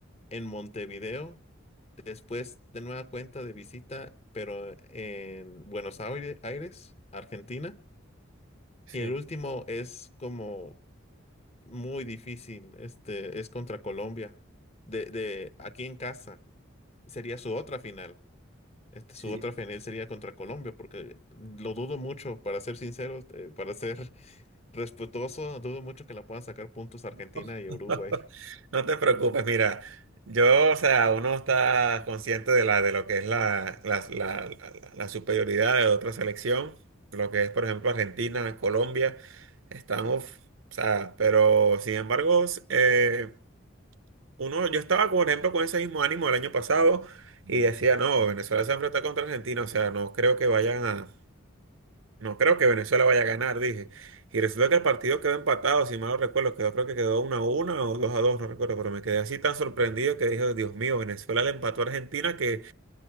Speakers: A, on the left (about 30°); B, on the right (about 75°).
A: en Montevideo. Después, de nueva cuenta de visita, pero en Buenos Aire- Aires, Argentina.
B: Sí,
A: Y el último es como muy difícil. Este es contra Colombia. De, de aquí en casa. Sería su otra final. Este, su
B: sí.
A: otra final sería contra Colombia, porque lo dudo mucho, para ser sinceros, eh, para ser respetuoso, dudo mucho que la puedan sacar puntos Argentina
B: <laughs>
A: y Uruguay.
B: No te preocupes, mira, yo, o sea, uno está consciente de la, de lo que es la, la, la- la- la superioridad de otra selección, lo que es, por ejemplo, Argentina, Colombia, están, uf, o sea, pero sin embargo, s- eh, uno, yo estaba, por ejemplo, con ese mismo ánimo el año pasado y decía, no, Venezuela se enfrenta contra Argentina, o sea, no creo que vayan a No creo que Venezuela vaya a ganar, dije. Y resulta que el partido quedó empatado, si mal no recuerdo, quedó, creo que quedó 1 a 1 o 2 a 2 no recuerdo, pero me quedé así tan sorprendido que dije, Dios mío, Venezuela le empató a Argentina que,